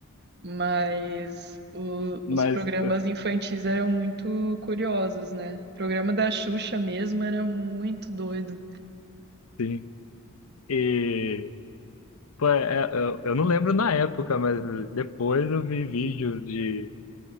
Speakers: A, on the right; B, on the left.
A: Mas o-
B: Mas,
A: os programas
B: eh,
A: infantis eram muito curiosos, né? O programa da Xuxa mesmo era muito doido.
B: sim. E, pô, é- é- eu, eu não lembro na época, mas depois eu vi vídeos de,